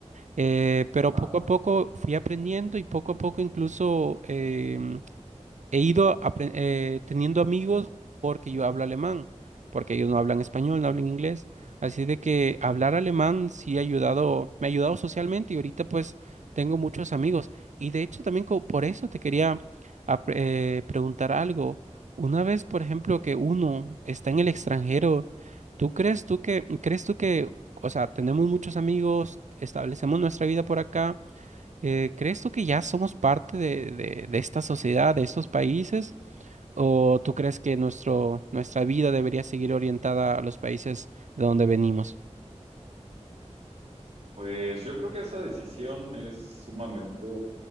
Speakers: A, on the right (about 80°); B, on the right (about 65°).
A: Eh, pero
B: Ah.
A: poco a poco fui aprendiendo y poco a poco incluso em, he ido apren- eh, teniendo amigos porque yo hablo alemán, porque ellos no hablan español, no hablan inglés. Así de que hablar alemán sí ha ayudado, me ha ayudado socialmente y ahorita pues tengo muchos amigos. Y de hecho también co- por eso te quería ap- eh, preguntar algo. Una vez, por ejemplo,
B: mm.
A: que uno está en el extranjero, ¿tú crees tú que, crees tú que, o sea, tenemos muchos amigos, establecemos nuestra vida por acá? Eh, ¿crees tú que ya somos parte de, de- de esta sociedad, de estos países? ¿O tú crees que nuestro, nuestra vida debería seguir orientada a los países de donde venimos?
B: Pues yo creo que esa decisión es sumamente